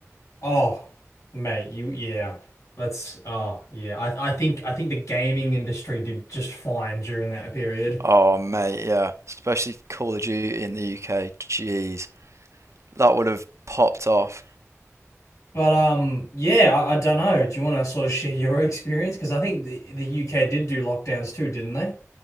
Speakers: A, on the left; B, on the right.
A: oh, mate, you yeah. Let's oh, yeah. I I think I think the gaming industry did just fine during that period.
B: Oh mate, yeah. Especially Call of Duty in the UK. Jeez. That would have popped off.
A: But um, yeah, I, I don't know. Do you want to sort of share your <laughs> experience? Because I think the, the UK did do lockdowns too, didn't they?